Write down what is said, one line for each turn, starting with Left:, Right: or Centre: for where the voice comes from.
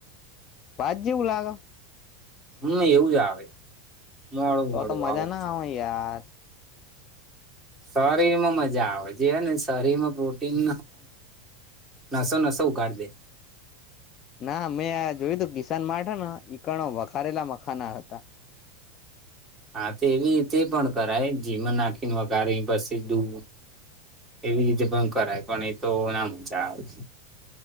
Left: ભાત જેવું લાગે
Centre: હા એવું જ આવે. મોડું
Left: તો
Centre: મોડું
Left: તો મજા
Centre: આવ.
Left: ના આવે યાર
Centre: શરીર માં મજા આવે છે હ ને શરીર માં પ્રોટીન. નસો નસો ઉગાડ દે.
Left: ના મે આ જોયું તું કિસાન માટૅ હેના ઈકણો વખારેલા મખાના. હતા
Centre: હા તો એવી રીતે પણ કરાય જીમન નાખીને વગારી પછી સીધુ એવી રીતે પણ કરાય પણ એ તો ના મજા આવે.